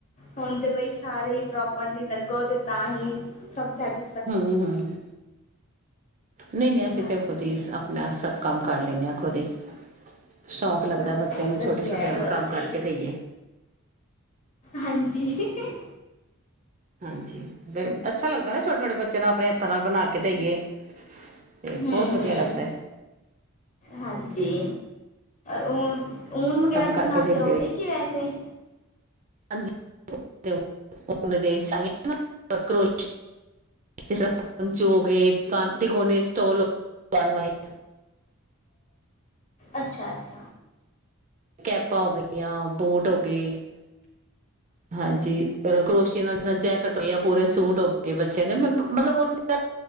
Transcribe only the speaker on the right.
ਹਾਂ-ਹਾਂ- ਨਹੀਂ-ਨਹੀਂ ਅਸੀਂ
ਤੇ ਖੁਦ ਹੀ ਆਪਣਾ ਸਭ ਕੰਮ ਕਰ ਲੈਂਦੇ ਹਾਂ। ਖੋ ਦੇ <inaudible> ਸ਼ੌਕ ਲੱਗਦ,
ਲ ਬੱਚਿਆਂ ਨੂੰ
ਛੋਟੇ ਛੋਟਿਆਂ
ਨੂੰ
ਕੰਮ ਕਰਕੇ
ਦੇਈਏ।
ਹਾਂਜੀ ਵੀ ਅੱਛਾ ਲੱਗਦਾ ਨਾ ਛੋਟੇ-ਛੋਟੇ ਬੱਚਿਆਂ ਨੂੰ ਆਪਣੇ ਹੱਥਾਂ ਨਾਲ ਬਣਾ ਕੇ ਦੇਈਏ। ਤੇ
ਬਹੁਤ ਵਧੀਆ ਲੱਗਦਾ ਹੈ
ਕੰਮ
ਕਰਕੇ
ਦਿੰਦੇ
ਅਨਾਂ ਦੇੋਸ਼, <inaudible> ਜਿਸ ਤਰ੍ਹਾਂ ਪੰਚੂ ਹੋ ਗਏ ਤੇਨੇ ਸਟਲ ਬਣਵਾਏ <inaudible>
ਕੈਪਾਂ ਹੋ ਗਈਆਂ <inaudible> ਬੂਟ ਹੋ ਗਈ ਹਾਂਜੀ ਕਰੋਸ਼ੀ ਨਾਲ ਜ ਨਾਲ ਜੈਕਟ ਹੋ ਗਿਆ ਪੂਰੇ ਸੂਟ ਹੋ ਗਏ ਬੱਚਿਆਂ ਦੇ ਮੈਂ ਮਤਲਬ ਉਹ ਦਾ